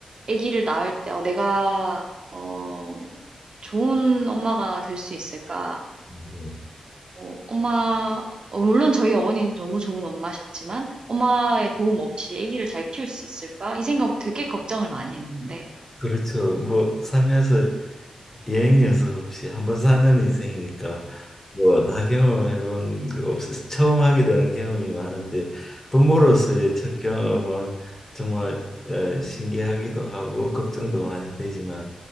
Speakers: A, on the right; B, on the left.
A: 아기를 낳을 때, 어, 내가, 어, 좋은 엄마가 될 수 있을까?
B: 네.
A: 어, 엄마, 어, 물론 저희 어머니는 너무 좋은 엄마셨지만, 엄마의 도움 없이 아기를 잘 키울 수 있을까? 이 생각 되게 걱정을 많이 했는데,
B: 그렇죠. 뭐 살면서 예행 연습 없이 한번 사는 인생이니까 뭐 다 경험해본 거 없어서 처음 하게 되는 경험이 많은데 부모로서의 첫 경험은 정말 어, 신기하기도 하고 걱정도 많이 되지만